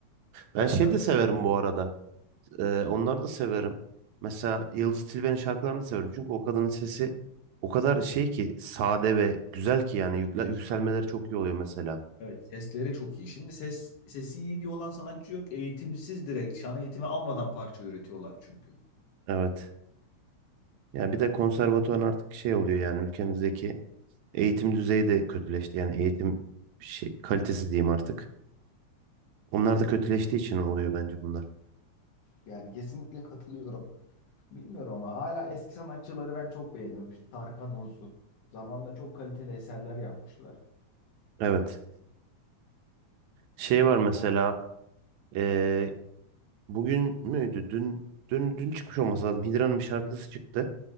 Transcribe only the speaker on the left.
Sertab
Erener.
Evet sesleri çok iyi. Şimdi ses sesi iyi olan sanatçı yok. Eğitimsiz direkt şan eğitimi almadan parça üretiyorlar çünkü.
Yani kesinlikle katılıyorum. Bilmiyorum ama hala eski sanatçıları ben çok beğeniyorum. İşte Tarkan olsun. Zamanında çok kaliteli eserler yapmışlar.
Öyle
ko